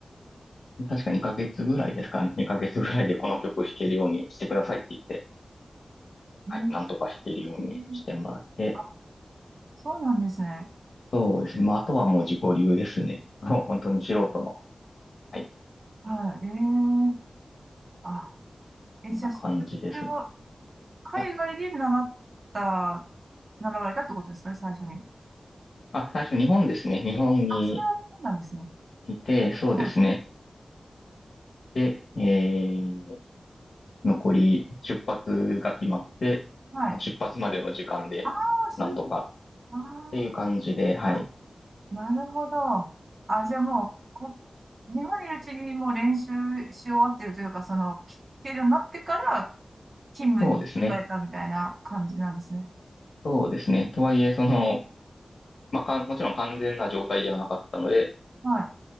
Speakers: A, on the left; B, on the right.
A: 確か2ヶ月ぐらいですかね、2ヶ月ぐらいでこの曲弾けるようにしてくださいって言って、
B: い。
A: はい、
B: え
A: なんとか弾けるようにしてもらって、
B: えあ、そうなんですね。
A: そうですね、まああとはもう自己流ですね。<laughs> もう本当に素人の、はい、
B: はい、ええあ、え、
A: こんな感じですね。
B: じゃあ、それ、それは海外で習った
A: はい。
B: 習われたってことですかね、最初に。
A: あ、最初日本ですね。日本に
B: あ、それはそうなんですね。
A: いて、そうですね。
B: はい。
A: で、えー、残り出発が決まって、
B: はい。
A: 出発までの時間で、
B: ああ、そういう、
A: なんとかっ
B: あ
A: ていう感じで、はい。
B: あ、あ、なるほど。あ、じゃあもう、こ、日本にいるうちにもう練習し終わってるというか、その、き聞けるようになってから勤務に行かれたみたいな感じなんですね。
A: そうですね。そうですね。とはいえ、その、まあ、かん、もちろん完全な状態ではなかったので、
B: はい。